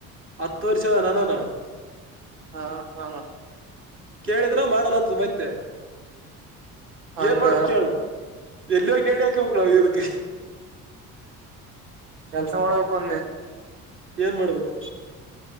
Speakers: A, on the right; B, on the right.
A: ಹತ್ತು ವರ್ಷದ ನ ನಾನ.
B: ಹಾ ಹಾ.
A: ಕೇಳಿದ್ರ ಮಾಡಲಂತ ಮತ್ತೆ
B: ಹಂಗ
A: ಏನ್ ಮಾಡಬೇಕು ಹೇಳು. ಎಲ್ಲೋ ಹೋಗಿ ನೇಣು ಹೋಕ್ಣಾವ ಇದಕ್ಕ.
B: ಕೆಲಸ ಮಾಡಳ ಕೊನ್ನೆ.
A: ಏನ್ ಮಾಡ್ಬೇಕು.